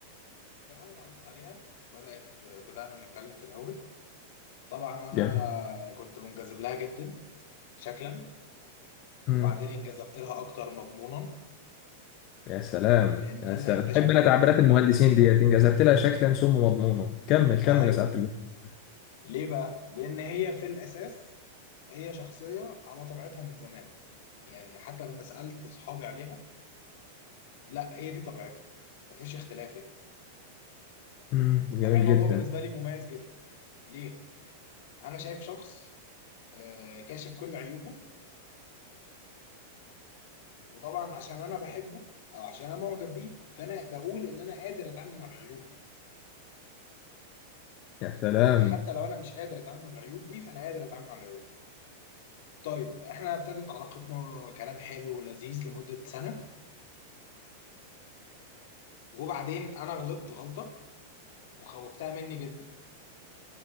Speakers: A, on the left; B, on the left.
A: فانا اتعرفت عليها بدات بدانا نتكلم في الاول طبعا انا
B: جميل
A: كنت منجذب لها جدا شكلا
B: مم.
A: وبعدين انجذبت لها اكتر مضمونا
B: يا سلام
A: لان
B: يا
A: انا
B: سلام
A: اكتشفت
B: بحب انا
A: ان
B: تعبيرات المهندسين ديت ان جذبت لها شكلا ثم مضمونا كمل كمل
A: ايوه
B: يا سعادة المهندس
A: ليه بقى لان هي في الاساس هي شخصيه على طبيعتها من زمان يعني حتى لما سالت اصحابي عليها لا هي دي طبيعتها مفيش اختلاف يعني
B: مم. جميل
A: فكان الموضوع
B: جدا
A: بالنسبه لي مميز جدا ليه انا شايف شخص آه، كاشف كل عيوبه وطبعا عشان انا بحبه او عشان انا معجب بيه فانا بقول ان انا قادر اتعامل مع العيوب دي
B: يا سلام
A: يعني حتى لو انا مش قادر اتعامل مع العيوب دي فانا قادر اتعامل مع العيوب دي طيب احنا ابتدت علاقتنا كلام حلو ولذيذ لمدة سنة وبعدين انا غلطت غلطة وخوفتها مني جدا